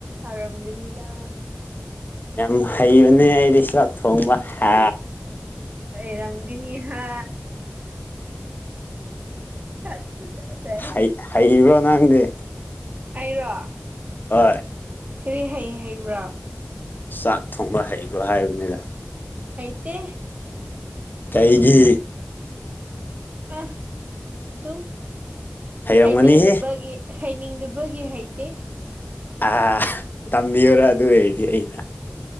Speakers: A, on the right; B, on the left.
A: ꯑꯔꯝꯒꯅꯤꯅꯤꯗꯥ
B: ꯌꯥꯝ ꯍꯩꯕꯅꯦ ꯑꯩꯗꯤ ꯆꯥꯛ ꯊꯣꯡꯕ ꯍꯥ
A: ꯑꯣꯏꯔꯝꯒꯅꯤ ꯍꯥ ꯁꯛꯇꯨꯗꯗꯩ
B: ꯍꯩ ꯍꯩꯕꯔꯣ ꯅꯪꯗꯤ
A: ꯑꯩꯔꯣ
B: ꯍꯣꯏ
A: ꯀꯔꯤ ꯍꯩ ꯍꯩꯕ꯭ꯔꯣ
B: ꯆꯥꯛ ꯊꯣꯡꯕ ꯍꯩꯕꯔꯣ ꯍꯥꯏꯕꯅꯤꯗ
A: ꯍꯩꯇꯦ
B: ꯀꯩꯒꯤ
A: ꯑ ꯑꯗꯨꯝ
B: ꯍꯩꯔꯝꯒꯅꯤꯍꯦ
A: ꯍꯥꯏꯅꯤꯡꯗꯕꯒꯤ ꯍꯩꯅꯤꯡꯗꯕꯒꯤ ꯍꯩꯇꯦ
B: ꯑ ꯇꯝꯕꯤꯌꯨꯔ ꯑꯗꯨ ꯑꯣꯏꯔꯗꯤ ꯑꯩꯅ